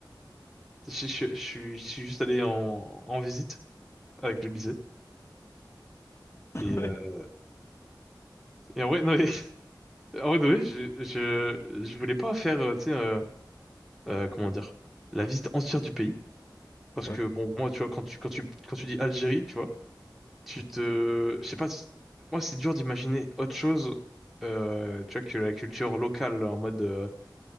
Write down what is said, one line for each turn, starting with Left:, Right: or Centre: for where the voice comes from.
Centre: Je, je- je suis je suis juste allé en, en visite avec le lycée.
Left: <laughs>
Centre: Et,
Left: Ouais.
Centre: euh, et en vrai, non, mais- <laughs> en vrai, de vrai, je, je, je voulais pas faire, euh, tu sais, euh, euh, comment dire, la visite entière du pays. Parce
Left: Ouais.
Centre: que, bon, moi, tu vois, quand tu, quand tu, quand tu dis Algérie, tu vois, Tu te... Je sais pas, si- moi c'est dur d'imaginer autre chose, euh, tu vois, que la culture locale, là, en mode euh,